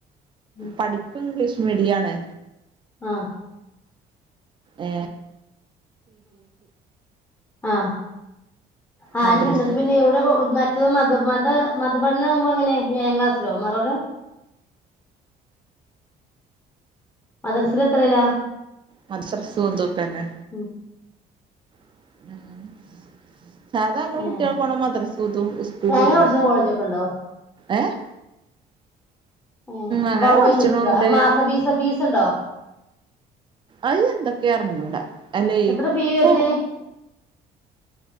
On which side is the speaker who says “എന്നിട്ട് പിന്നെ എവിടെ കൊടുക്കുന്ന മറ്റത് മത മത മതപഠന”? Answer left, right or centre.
Left